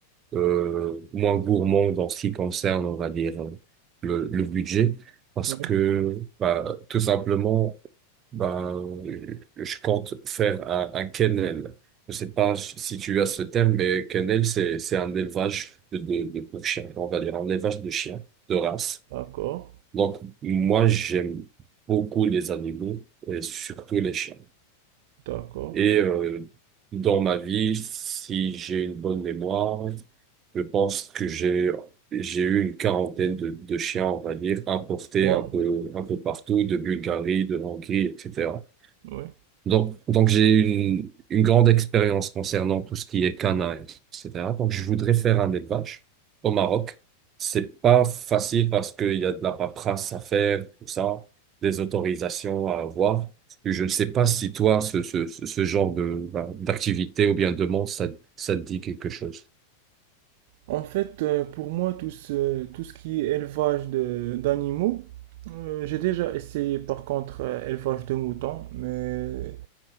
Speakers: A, on the right; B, on the right.
A: euh, moins gourmand dans ce qui concerne, on va dire, euh, le, le budget, parce
B: Ouais.
A: que bah, tout simplement, bah, je compte faire un, un kennel. Je sais pas si tu as ce terme, mais kennel, c'est, c'est un élevage de, de, de pour chiens, on va dire, un élevage de chiens de race.
B: D'accord,
A: Donc, moi, j'aime beaucoup les animaux et surtout les chiens.
B: d'accord.
A: Et euh, dans ma vie, si j'ai une bonne mémoire, je pense que j'ai j'ai eu une quarantaine de, de chiens, on va dire, importés
B: Wow.
A: un peu un peu partout, de Bulgarie, de Hongrie, etc.
B: Oui.
A: Donc, donc j'ai une, une grande expérience concernant tout ce qui est canin, etc. Donc, je voudrais faire un élevage au Maroc. C'est pas facile parce qu'il y a de la paperasse à faire, tout ça, des autorisations à avoir. Et Je ne sais pas si toi, ce, ce, ce ce genre de, bah, d'activité ou bien de monde, ça, ça te dit quelque chose.
B: En fait, euh, pour moi, tout ce, tout ce qui est élevage de, d'animaux, euh, j'ai déjà essayé par contre euh, élevage de moutons, mais